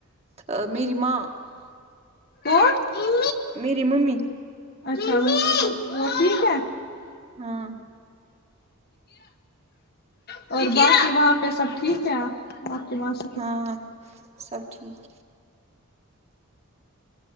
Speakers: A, on the right; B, on the left.
A: ا میری ماں
B: اور ان
A: میری ممی
B: اچھا وہ ٹھیک ہے
A: ہاں
B: اور باقی وہاں پہ سب ٹھیک ہے آں باقی بس
A: ہاں سب ٹھیک